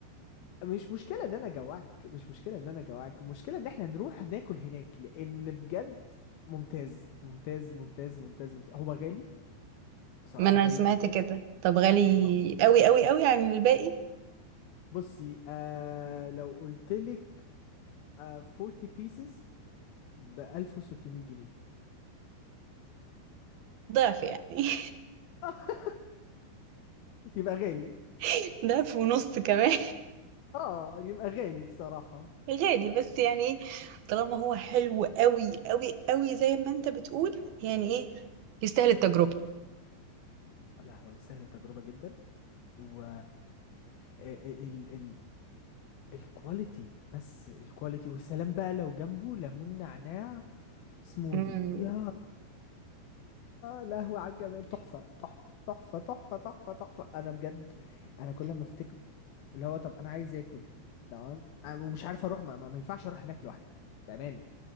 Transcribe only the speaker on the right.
ما انا
سمعت
كده طب غالي
قوي قوي قوي عن الباقي
ضعف يعني
<laughs> ضعف ونص كمان
<laughs> غالي بس يعني ايه طالما هو حلو قوي قوي قوي زي ما انت بتقول يعني ايه يستاهل التجربة
أمم،